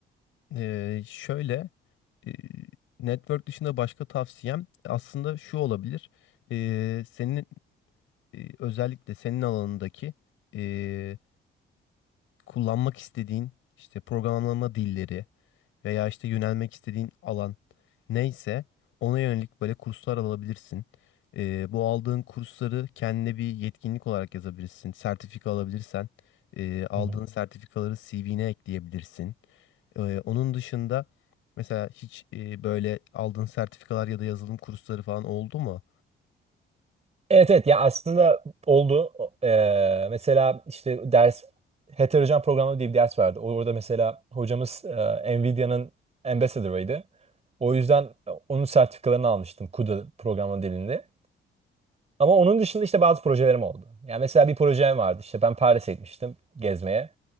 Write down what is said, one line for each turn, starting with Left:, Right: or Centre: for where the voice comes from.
Left: e, şöyle e, network dışında başka tavsiyem aslında şu olabilir. E, senin e, özellikle senin alanındaki e, kullanmak istediğin işte programlama dilleri veya işte yönelmek istediğin alan neyse ona yönelik böyle kurslar alabilirsin. Ee, bu aldığın kursları kendine bir yetkinlik olarak yazabilirsin. Sertifika alabilirsen e, aldığın
Right: Hı hı.
Left: sertifikaları CV'ne ekleyebilirsin. Ee, onun dışında mesela hiç e, böyle aldığın sertifikalar ya da yazılım kursları falan oldu mu?
Right: Evet evet ya aslında oldu. O- e, mesela işte ders heterojen programlama diye bir ders vardı. Orada mesela hocamız e, Nvidia'nın Ambassador'ıydı. O yüzden e, onun sertifikalarını almıştım CUDA programlama dilinde. Ama onun dışında işte bazı projelerim oldu. Yani mesela bir projem vardı. İşte ben Paris'e gitmiştim gezmeye.